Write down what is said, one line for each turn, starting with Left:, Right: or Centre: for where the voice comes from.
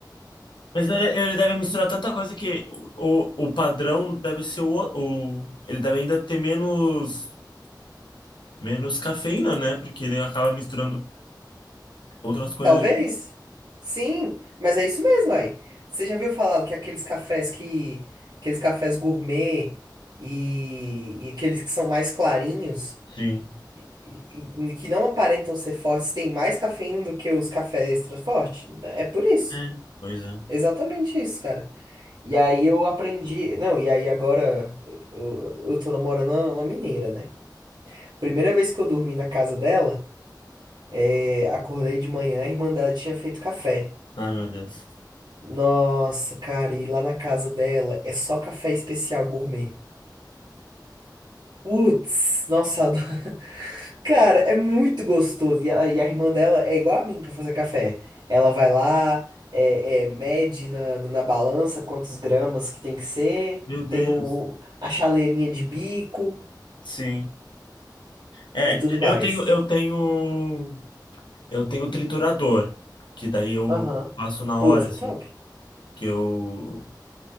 Left: Mas ele, ele deve misturar tanta coisa que o, o, o padrão deve ser o, o. Ele deve ainda ter menos, menos cafeína, né? Porque ele acaba misturando outras coisas.
Right: Talvez? Sim, mas é isso mesmo aí. Você já viu falar que aqueles cafés que... Aqueles cafés gourmet e, e aqueles que são mais clarinhos,
Left: Sim.
Right: e- e- que não aparentam ser fortes, têm mais cafeína do que os cafés extra fortes? É por isso.
Left: É, pois é.
Right: Exatamente isso, cara. E aí eu aprendi. Não, e aí agora eu, eu tô namorando uma mineira, né? Primeira vez que eu dormi na casa dela, é, acordei de manhã, a irmã dela tinha feito café.
Left: Ai, meu Deus.
Right: Nossa, cara, e lá na casa dela é só café especial gourmet. Putz, nossa, eu adoro. <laughs> cara, é muito gostoso. E a, e a irmã dela é igual a mim pra fazer café. Ela vai lá, é, é, mede na, na balança quantos gramas que tem que ser,
Left: Meu Deus.
Right: tem o, a chaleirinha de bico.
Left: Sim. É,
Right: e tudo mais.
Left: eu tenho, eu tenho, eu tenho triturador, que daí eu
Right: Aham.
Left: faço na
Right: Putz,
Left: hora,
Right: é
Left: assim,
Right: top.
Left: que eu